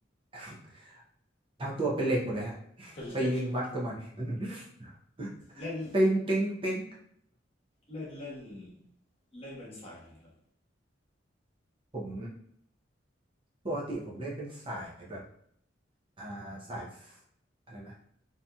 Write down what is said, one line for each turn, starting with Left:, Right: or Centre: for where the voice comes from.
Right: <laughs> ทั้งตัวเป็นเหล็กหมดเลยฮะ <laughs>
Left: เป็นเหล็ก
Right: ไปยืนวัดกับมัน <laughs>
Left: เล่น
Right: เต็งเต็งเต็ง
Left: เล่นเล่นเล่นเป็นสายไหนครับ
Right: ผมปกติผมเล่นเป็นสายแบบ อ่าสายฟอะไรนะ